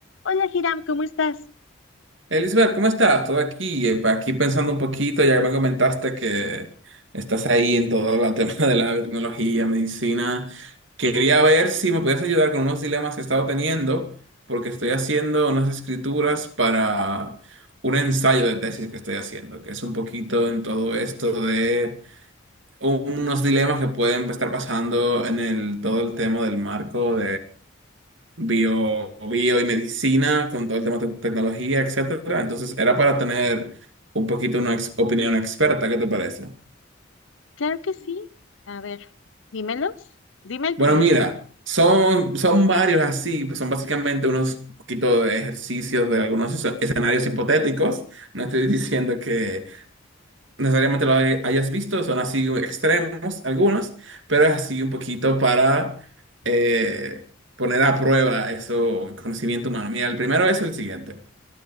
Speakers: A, on the left; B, on the right.
A: Hola, Hiram, ¿cómo estás?
B: Elizabeth, ¿cómo estás? Todo aquí, eh, aquí pensando un poquito, ya que me comentaste que estás ahí en todo el tema de la tecnología, medicina. Quería ver si me podías ayudar con unos dilemas que he estado teniendo, porque estoy haciendo unas escrituras para un ensayo de tesis que estoy haciendo, que es un poquito en todo esto de unos dilemas que pueden estar pasando en el, todo el tema del marco bio, bio y medicina, con todo el tema de tecnología, etcétera. Entonces, era para tener un poquito una ex- opinión experta, ¿qué te parece?
A: Claro que sí. A ver, dímelos. Dime el
B: Bueno,
A: primero.
B: mira,
A: Yo,
B: son, son varios así, pues son básicamente unos poquito de ejercicios de algunos escen- escenarios hipotéticos. No estoy <laughs> diciendo que necesariamente lo hay- hayas visto, son así extremos algunos, pero es así un poquito para eh, poner a prueba eso, conocimiento humano. Mira, el primero es el siguiente.